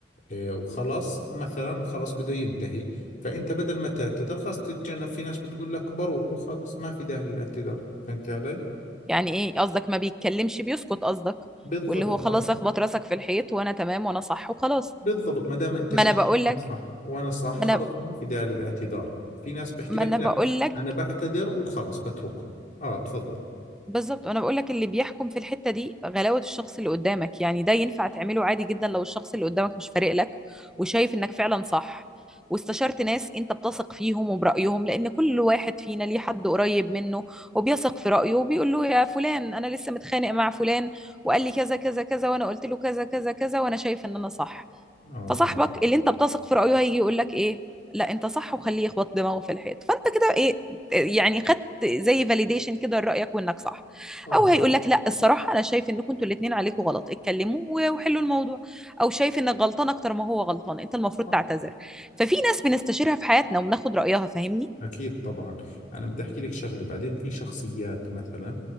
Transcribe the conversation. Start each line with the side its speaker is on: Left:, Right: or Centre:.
Left: إيه، وخلاص مثلا خلاص بده ينتهي فانت بدل ما تعتذر خلاص تتجنب في ناس بتقول لك بروح وخلاص ما في داعي للاعتذار فهمت علي
Centre: يعني إيه قصدك ما بيتكلمش بيسكت قصدك
Left: بالضبط
Centre: واللي هو خلاص
Left: اه
Centre: اخبط راسك في الحيط وأنا تمام وأنا صح وخلاص
Left: بالضبط ما دام انت
Centre: ما
Left: شايف
Centre: أنا بقول
Left: انك
Centre: لك
Left: صح وانا صح
Centre: ما
Left: خلاص
Centre: أنا
Left: ما في داعي للاعتذار في ناس بحكي
Centre: ما
Left: لك
Centre: أنا
Left: لا
Centre: بقول لك
Left: انا بعتذر وخلاص بتركهم اه تفضل
Centre: بالظبط انا بقول لك اللي بيحكم في الحته دي غلاوه الشخص اللي قدامك يعني ده ينفع تعمله عادي جدا لو الشخص اللي قدامك مش فارق لك وشايف انك فعلا صح واستشرت ناس انت بتثق فيهم وبرايهم لان كل واحد فينا ليه حد قريب منه وبيثق في رايه وبيقول له يا فلان انا لسه متخانق مع فلان وقال لي كذا كذا كذا وانا قلت له كذا كذا كذا وانا شايف ان انا صح
Left: اه
Centre: فصاحبك اللي انت بتثق في رأيه هيجي يقول لك ايه لا انت صح وخليه يخبط دماغه في الحيط فانت كده ايه يعني خدت زي فاليديشن كده لرأيك وانك صح
Left: اه
Centre: او هيقول لك لا الصراحة انا شايف انكم انتوا الاتنين عليكم غلط اتكلموا و- وحلوا الموضوع او شايف انك غلطان اكتر ما هو غلطان انت المفروض
Left: اه
Centre: تعتذر ففي ناس بنستشيرها في حياتنا وبناخد رأيها فاهمني
Left: أكيد طبعا أنا بدي أحكي لك شغلة بعدين في شخصيات مثلا